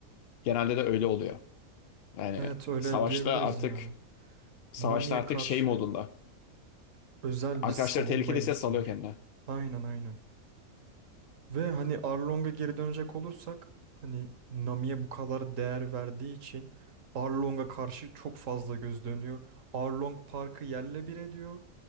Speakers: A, on the left (about 70°); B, on the right (about 60°).
A: Genelde de öyle oluyor. Yani
B: evet öyle
A: savaşta
B: diyebiliriz
A: artık
B: yani.
A: savaşta
B: Nami'ye
A: artık
B: karşı
A: şey modunda.
B: özel
A: Arkadaşlar
B: bir savunma
A: tehlikedeyse
B: ilgisi
A: salıyor
B: var.
A: kendine.
B: Aynen aynen. Ve hani Arlong'a geri dönecek olursak hani Nami'ye bu kadar değer verdiği için Arlong'a karşı çok fazla göz dönüyor. Arlong Park'ı yerle bir ediyor